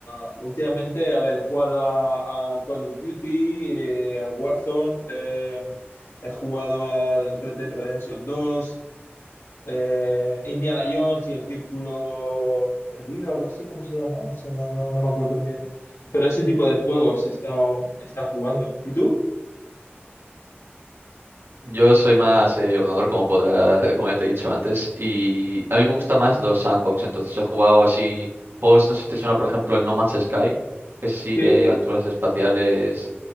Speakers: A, on the left; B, on the right.
A: a- últimamente, a ver, he jugado a, a Call of Duty, eh, al Warzone, eh, he jugado al Red Dead Redemption dos eh, Indiana Jones y el Círculo Perdido, algo así, ¿cómo se llama? No sé, no, no, no me acuerdo muy bien. Pero ese tipo de juegos está, está jugando. ¿Y tú?
B: Yo soy más eh, ordenador, como podrá, <laughs> como ya te he dicho antes, y a mí me gustan más los sandbox, entonces he jugado así juegos, no sé si te suena, por ejemplo, el No Man's Sky, que es así
A: Sí,
B: de aventuras espaciales,